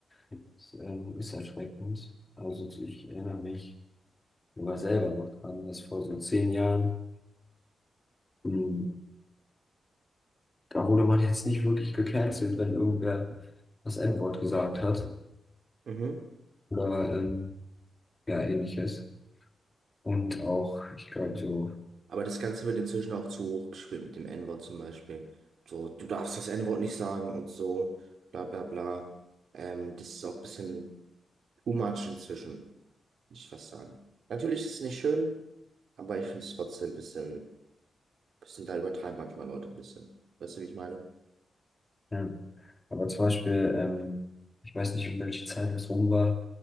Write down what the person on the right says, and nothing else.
Mhm.
Aber das Ganze wird inzwischen auch zu hoch gespielt mit dem N-Wort zum Beispiel. So, du darfst das N-Wort nicht sagen und so, bla bla bla. Ähm, das ist auch ein bisschen too much inzwischen, muss ich fast sagen. Natürlich ist es nicht schön, aber ich finde es trotzdem ein bisschen, bisschen, da übertreiben manchmal Leute ein bisschen. Weißt du, wie ich meine?